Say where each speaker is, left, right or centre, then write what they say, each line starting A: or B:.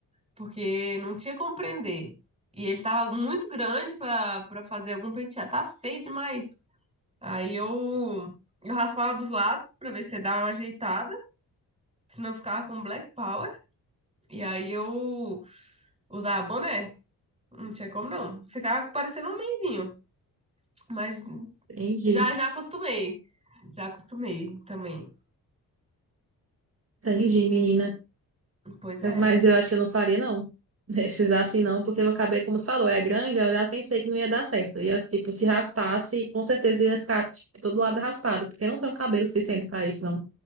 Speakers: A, on the right (about 15°); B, on the right (about 35°).
A: porque não tinha como prender. E ele tava muito grande pra, pra fazer algum penteado. Tá feio demais. Aí eu, eu raspava dos lados pra ver se dava uma ajeitada, senão eu ficava com black power. E aí eu usava boné. Não tinha como não. Ficava parecendo um homenzinho, mas
B: Entendi.
A: já já acostumei. Já acostumei também.
B: Entendi, menina.
A: Pois
B: Eu-
A: é.
B: Mas eu acho que eu não faria, não. <laughs> Esses assim, não, porque meu cabelo, como tu falou, é grande, eu já pensei que não ia dar certo. Ia, tipo, se raspasse, com certeza ia ficar, tipo, todo lado raspado, porque eu não tenho cabelo suficiente para isso, não.